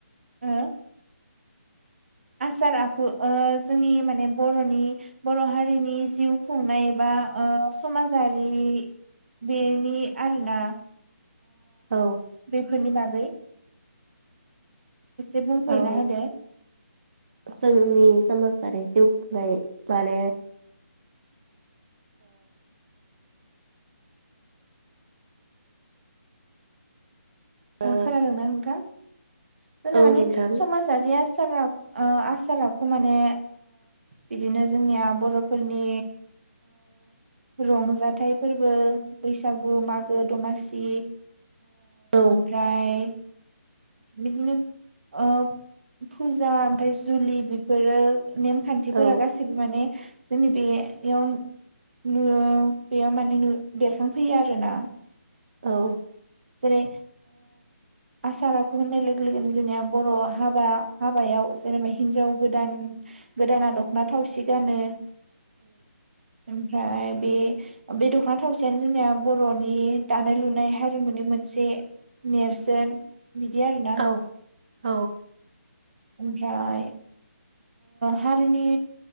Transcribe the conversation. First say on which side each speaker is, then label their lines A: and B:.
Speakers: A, on the right; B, on the right.
A: ओ आसार आखु जोंनि माने बर'नि बर' हारिनि जिउ खुंनाय बा समाजारि बेनि आरोना
B: औ
A: बेफोरनि बागै एसे बुंफोर
B: औ
A: ना होदो
B: जोंनि समाजारि जिउ खुंनाय माने ओ
A: खोनादोंना नोंथां? जों
B: औ
A: मानि
B: नोंथां
A: समाजारि आसारा आसारखौ माने बिदिनो जोंनिया बर'फोरनि रंजाथाइ फोरबो बैसागु मागो दमासि
B: औ
A: ओमफ्राय बिदिनो ओ फुजा ओमफ्राय जुलि बेफोरो नेमखान्थिफोरा
B: औ
A: गासैबो माने जोंनि बे बेयाव नु बेयाव माने बेरखांफैयो आरो ना
B: औ
A: जेरै आसाराखौ होननाय लोगो लोगोनो जोंनिया बर' हाबा हाबायाव जेनेबा हिनजाव गोदान गोदाना दख'ना थावसि गानो ओमफ्राय बे बे दख'ना थावसेयानो जोंनि बर'नि दानाय लुनाय हारिमुनि मोनसे नेरसोन बिदि आरोना
B: औ औ
A: ओमफ्राय हारिनि